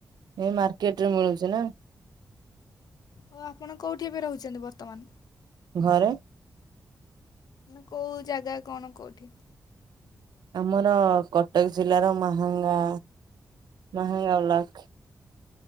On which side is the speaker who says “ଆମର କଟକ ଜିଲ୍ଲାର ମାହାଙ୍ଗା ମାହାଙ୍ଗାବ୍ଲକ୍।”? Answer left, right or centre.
Right